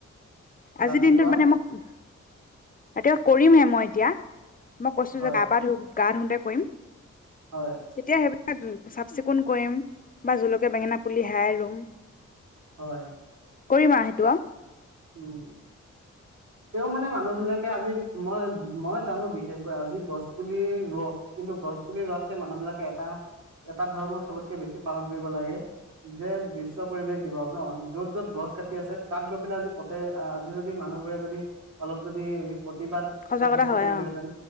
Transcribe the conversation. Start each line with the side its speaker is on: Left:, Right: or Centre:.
Left: আজিৰ
Right: ৰাতিপুৱা
Left: দিনটোত মানে মোক, এতিয়া কৰিমহে মই এতিয়া। মই কৈছো
Right: হয়
Left: যে গাপা ধুম। গা ধুওতে কৰিম।
Right: হয়
Left: তেতিয়া হেইব <unintelligible> চাফ চিকুণ কৰিম, বা জলকীয়া বেঙেনা পুলি হেয়াই ৰুম।
Right: হয়।
Left: কৰিমা সেইটোআ
Right: উম, তেওঁ মানে মানুহবিলাকে আজি মই, মই জানো বিশেষকৈ আজি গছ পুলি ৰোৱক, কিন্তু গছ পুলি ৰোৱাতকে মানুহবিলাকে এটা, এটা ধৰ্ম চবতকে বেছি পালন কৰিব লাগে যে বি উচ্চ পৰিৱেশ দিৱস ন য'ত য'ত গছ কাটি আছে তাত গৈ পেলাই আজি ত'তে আজি যদি মানুহবোৰে যদি অলপ যদি প্ৰতিবাদ
Left: সঁচা
Right: সাব্যস্ত
Left: কথা হয়
Right: কৰিলোহেঁতেন।
Left: অ